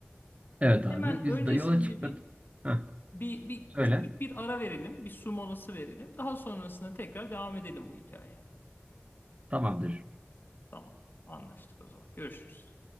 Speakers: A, on the right; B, on the left.
A: Evet
B: Hemen
A: abi biz
B: öncesinde
A: de yola çıkmadık.
B: bir
A: Heh,
B: bir, bir
A: söyle.
B: küçük bir ara verelim. Bir su molası verelim. Daha sonrasında tekrar devam edelim bu hikayeye.
A: Tamamdır.
B: Tamam. Anlaştık o zaman. Görüşürüz.